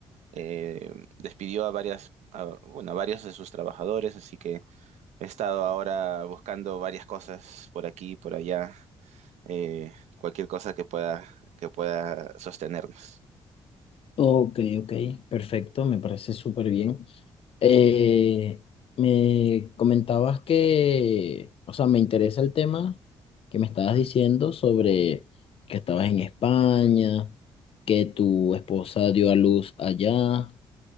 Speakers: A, on the right; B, on the left.
A: eh, despidió a varias, a- bueno, a varios de sus trabajadores, así que he estado ahora buscando varias cosas por aquí y por allá, eh, cualquier cosa que pueda, que pueda sostenernos.
B: Ok, ok, perfecto, me parece súper bien. Eh, me comentabas que, o sea, me interesa el tema que me estabas diciendo sobre que estabas en España, que tu esposa dio a luz allá.